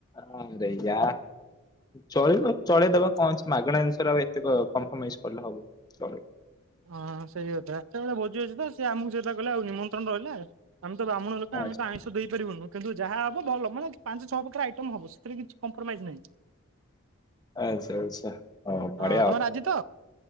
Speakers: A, on the left; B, on the right.
A: ହଁରେଆା। ଚଳ ଚଳେଇଦବା କଣ ଅଛି ମାଗଣା ଜିନିଷ ଆ ଏତେ କମ୍ପ୍ରମାଇଜ କଲେ ହବ କି ଚଳ।
B: ହଁ ସେଇ କଥା ସେଇଭଳିଆ ଭୋଜି ଅଛି ତ ସେ ଆମକୁ ସେଇଟା କଲେ ଆଉ ନିମନ୍ତ୍ରଣ ରହିଲା ଆମେ ତ ବ୍ରହ୍ଣଣ ଲୋକ
A: ନାହିଁ
B: ଆେ ତ ଆଇଁଷ ଦେଇପାରିବୁନୁ। କିନ୍ତୁ ଯାହା ହବ ଭଲ ମାନେ ପାଞ୍ଚ ଛଅ ପ୍ରକାର ଆଇଟମ ହବ ସେଥିରେ କିଛି କମ୍ପ୍ରୋମାଇଜ୍ ନାହିଁ।
A: ଆଚଛା ଆଚ୍ଛା ହ ବଢିଆ।
B: ହଁ ତମେ ରାଜି ତ?